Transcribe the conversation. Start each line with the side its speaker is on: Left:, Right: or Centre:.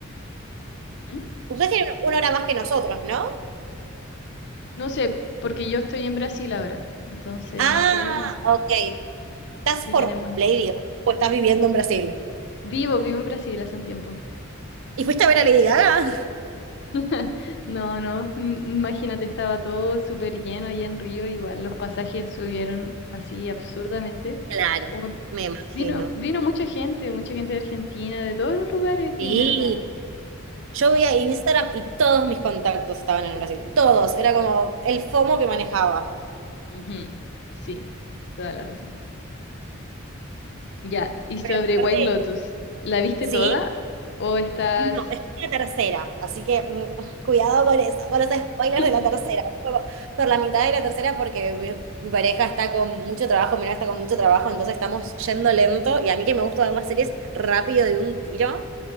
Left: ¿Mm?
Right: Ustedes tienen una hora más que nosotros, ¿no?
Left: No sé, porque yo estoy en Brasil ahora. Entonces
Right: Ah,
Left: no sé
Right: ok. ¿Estás
Left: si
Right: por
Left: tenemos.
Right: Play, o estás viviendo en Brasil?
Left: Vivo, vivo en Brasil hace un tiempo.
Right: ¿Y fuiste a ver a Lady Gaga?
Left: <laughs> No, no, im- imagínate, estaba todo súper lleno allá en Río, igual los pasajes subieron así absurdamente.
Right: Claro,
Left: Como
Right: me imagino.
Left: vino, vino mucha gente, mucha gente de Argentina, de todos los lugares
Right: Sí,
Left: vinieron a-
Right: Yo
Left: al show.
Right: veía Instagram y todos mis contactos estaban en Brasil. Todos. Era como el FOMO que manejaba.
Left: Ujú, Sí, toda la razón. Ya, y sobre
Right: pero aparte,
Left: White Lotus, ¿la viste
Right: sí,
Left: toda o estás...
Right: No, estoy en la tercera, así que mm, cuidado con eso, con los spoilers
Left: <laughs>
Right: de la tercera. Voy Por, por la mitad de la tercera, porque mi, mi pareja está con mucho trabajo, mi novia está con mucho trabajo, entonces estamos yendo lento. Y a mí que me gusta ver las series rápido de un tiro,